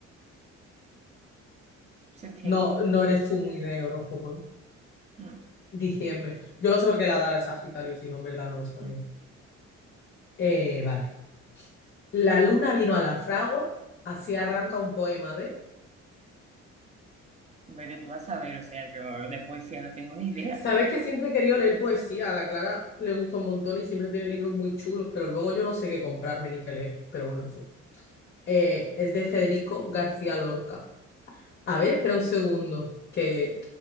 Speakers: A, on the right (about 25°); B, on the left (about 35°).
A: septiembre.
B: No, no eres tú muy de horóscopo, ¿no?
A: No,
B: Diciembre. Yo lo sé porque la dara es Sagitario, si no, en verdad no lo sabía.
A: no.
B: Eh, vale. La luna vino a la fragua, así arranca un poema de...
A: vete tú a saber, o sea, yo de poesía no tengo ni idea.
B: Sabes que siempre he querido leer poesía, a la Clara le gusta un montón y siempre tiene libros muy chulos, pero luego yo no sé qué comprarme ni qué leer, pero bueno, en fin. Eh, es de Federico García Lorca. A ver, espera
A: un
B: un segundo,
A: mítico.
B: que